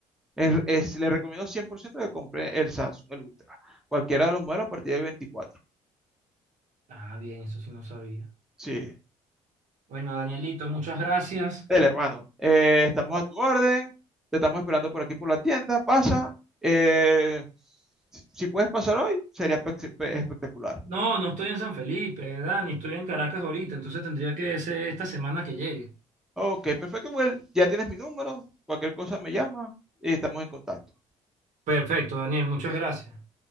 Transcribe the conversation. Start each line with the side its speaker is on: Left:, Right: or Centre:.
Centre: es, es- le recomiendo 100% que compre el Samsung, el Ultra. Cualquiera de los modelos a partir de veinticuatro.
Right: Ah, bien, eso sí no sabía.
Centre: Sí,
Right: Bueno, Danielito, muchas gracias.
Centre: el hermano. Eh, estamos a tu orden. Te estamos esperando por aquí por la tienda. Pasa. Eh, si puedes pasar hoy, sería espe- espe- espectacular.
Right: No, no estoy en San Felipe, Dani, estoy en Caracas ahorita, entonces tendría que ser esta semana que llegue.
Centre: Ok, perfecto, Well. Ya tienes mi número. Cualquier cosa me llama y estamos en contacto.
Right: Perfecto, Daniel, muchas gracias.